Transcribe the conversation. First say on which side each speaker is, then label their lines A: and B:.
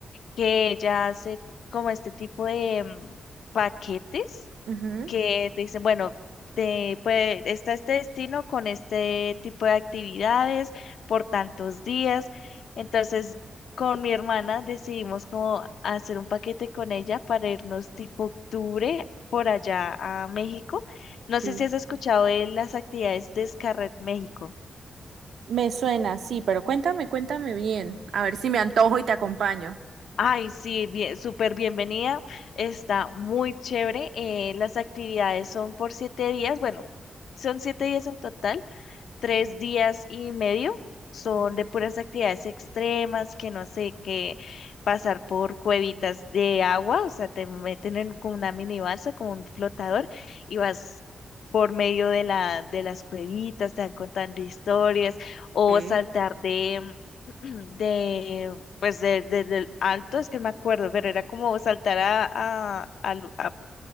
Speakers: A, on the left; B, on the right.
A: que ella hace como este tipo de mm, paquetes
B: Ujú.
A: que te dicen, bueno, te, puede- está este destino con este tipo de actividades por tantos días. Entonces, con mi hermana decidimos como hacer un paquete con ella para irnos tipo octubre por allá a México. No
B: Sí.
A: sé si has escuchado de las actividades de Scarret México.
B: Me suena, sí, pero cuéntame, cuéntame bien. A ver si me antojo y te acompaño.
A: Ay, sí, bien, súper bienvenida. Está muy chévere. eh, las actividades son por siete días. Bueno, son siete días en total tres días y medio son
B: Ujú.
A: de puras actividades extremas, que no sé, que pasar por cuevitas de agua, o sea, te meten en como una mini balsa, como un flotador, y vas por medio de la, de las cuevitas, te van contando historias, o
B: Ok.
A: saltar de, <clears throat> de, pues de, de- del alto, es que no me acuerdo, pero era como saltar a, a, a, lu- a-